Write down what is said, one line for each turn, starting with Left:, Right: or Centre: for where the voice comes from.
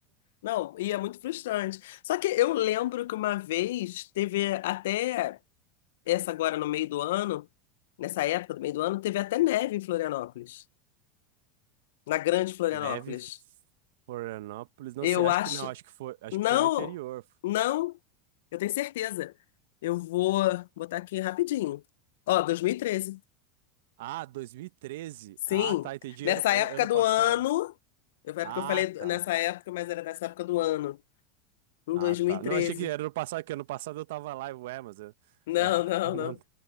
Left: Não, e é muito frustrante. Só que eu lembro que uma vez teve até essa agora no meio do ano, nessa época do meio do ano, teve até neve em Florianópolis, na Grande Florianópolis.
Right: Neve, Florianópolis, não
Left: Eu
Right: sei, acho
Left: acho,
Right: que não, acho que foi, acho
Left: não,
Right: que foi no interior.
Left: não, eu tenho certeza. Eu vou botar aqui rapidinho. Ó, 2013.
Right: Ah, 2013.
Left: Sim,
Right: Ah, tá, entendi
Left: nessa
Right: ano,
Left: época
Right: ano
Left: do
Right: passado.
Left: ano, eu, é
Right: Ah,
Left: porque eu falei
Right: tá.
Left: nessa época, mas era nessa época do ano, em
Right: Ah,
Left: 2013.
Right: tá. Não, achei que era no passado, que ano passado eu tava lá, e ué, mas... eu-
Left: Não,
Right: É,
Left: não,
Right: <laughs> não...
Left: não.